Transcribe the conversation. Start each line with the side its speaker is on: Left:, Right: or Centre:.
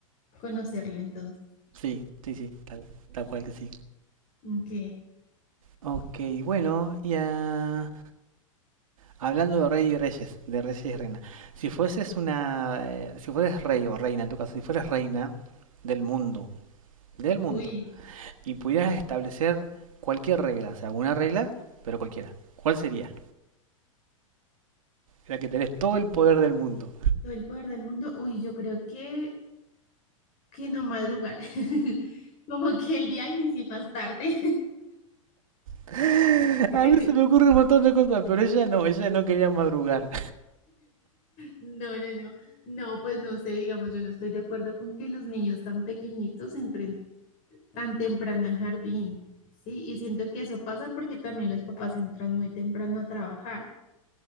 Left: conocerlo entonces.
Right: Sí, sí, sí, tal, tal cual que sí.
Left: Ok,
Right: Ok, bueno, ya Hablando de rey y reyes, de reyes y reina. Si fueses una, eh, si fueres rey o reina, en tu caso, si fueres reina del mundo, del mundo,
Left: uy,
Right: y pudieras establecer cualquier regla, o sea, una regla, pero cualquiera, ¿cuál sería? La que tenés todo el poder del mundo.
Left: el poder del mundo. Uy, yo creo que, que no madrugar. <laughs> Como que el día inicie más tarde.
Right: <laughs>
Left: <laughs>
Right: A mí se me ocurre un montón de cosas, pero ella no, ella no quería madrugar.
Left: No, no, no. No, pues no sé, digamos, yo no estoy de acuerdo con que los niños tan pequeñitos entren tan temprano al jardín, ¿sí? Y siento que eso pasa porque también los papás entran muy temprano a trabajar.